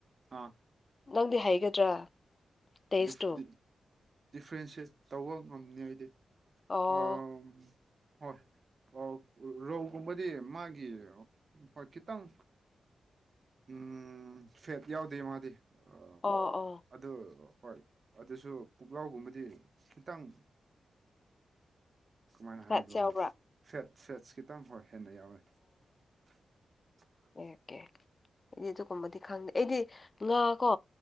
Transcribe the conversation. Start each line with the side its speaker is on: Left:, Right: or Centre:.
Right: ꯑꯥ
Left: ꯅꯪꯗꯤ ꯍꯩꯒꯗ꯭ꯔꯥ ꯇꯦꯁꯇꯨ
Right: ꯗꯤꯐ ꯗꯤꯐ꯭ꯔꯦꯟꯁꯦꯠ ꯇꯧꯕ ꯉꯝꯅꯤ ꯑꯩꯗꯤ
Left: ꯑꯣ
Right: ꯑꯝ ꯍꯣꯏ ꯑꯣ ꯔꯧꯒꯨꯝꯕꯗꯤ ꯃꯥꯒꯤ ꯍꯣꯏ ꯈꯤꯇꯪ ꯎꯝ ꯐꯦꯠ ꯌꯥꯎꯗꯦ ꯃꯥꯗꯤ ꯑꯥ
Left: ꯑꯣ ꯑꯣ
Right: ꯑꯗꯨ ꯍꯣꯏ ꯑꯗꯨꯁꯨ ꯄꯨꯛꯂꯥꯎꯒꯨꯝꯕꯗꯤ ꯈꯤꯇꯪ ꯀꯃꯥꯏꯅ
Left: ꯐꯦꯠꯁ
Right: ꯍꯥꯏꯒꯦꯔꯣ
Left: ꯌꯥꯎꯕ꯭ꯔꯥ
Right: ꯐꯦꯠ ꯐꯦꯠꯁ ꯈꯤꯇꯪ ꯍꯣꯏ ꯍꯦꯟꯅ ꯌꯥꯎꯋꯦ <inaudible>
Left: ꯑꯦꯀꯦ ꯑꯩꯗꯤ ꯑꯗꯨꯒꯨꯝꯕꯗꯤ ꯈꯪꯗꯦ ꯑꯩꯗꯤ ꯉꯥ ꯀꯣ